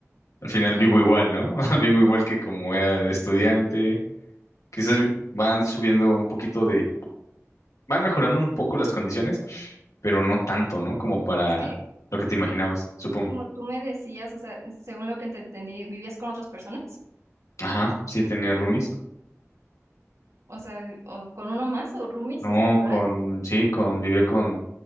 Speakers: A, on the left; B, on the right.
A: al final
B: Sí.
A: vivo igual, ¿no? <laughs> Vivo igual que como era de estudiante. Quizás vi- van subiendo un poquito de, van mejorando un poco las condiciones, pero no tanto, ¿no? Como para
B: Es que,
A: lo que te imaginabas, supongo.
B: como tú me decías, o sea, según lo que te entendí, ¿vivías con otras personas?
A: Ajá, sí, tenía roomies.
B: O sea, vi- o con uno más, o roomies,
A: No,
B: o sea, en plural.
A: con, sí, con, vivió con